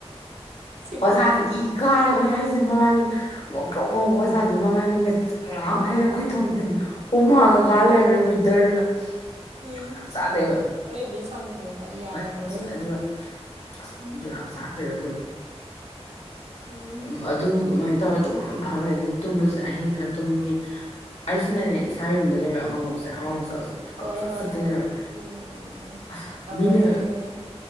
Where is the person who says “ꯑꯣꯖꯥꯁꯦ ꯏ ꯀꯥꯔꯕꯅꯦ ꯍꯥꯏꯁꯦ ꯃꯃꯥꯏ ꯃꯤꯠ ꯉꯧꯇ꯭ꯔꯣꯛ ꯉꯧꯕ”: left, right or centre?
Left